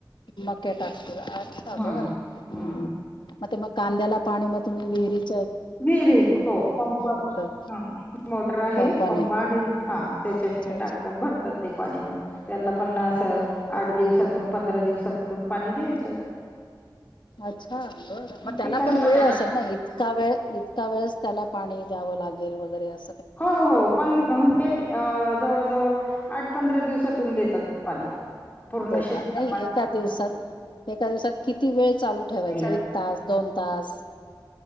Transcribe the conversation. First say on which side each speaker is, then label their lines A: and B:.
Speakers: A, on the left; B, on the left.
A: मके टाकत आछ
B: हम्म
A: बर हमम
B: हम्म
A: मग म कांद्याला पाण नाय मग तुम्ही विहिरीत
B: विहिरीत हो पंप
A: मोटर
B: ह मोटर आहे
A: पंपाने
B: पंप आहे हा त्याच्या
A: अच्छा अच्छा
B: टाकत भरतात ते पाणी त्याला पण अस आठ
A: बर बर
B: दिवसात पंधरा दिवसातून पाणी द्यायचं.
A: अच्छा बरं मग त्याला
B: ते करतात
A: पण वेळ असेल ना इतका वेळ इतक्या वेळेस त्याला पाणी द्यावं लागेल वगै बर <unintelligible>
B: हो हो पण म्हणजे अ जवळजवळ आठ पंधरा दिवसातून देतात पाणी. पूर्ण
A: देता
B: शेताला
A: नाही
B: पाणी
A: एका दिवसात एका दिवसात किती वेळ चालू ठेवायच
B: ते कारण
A: एक तास दोन पास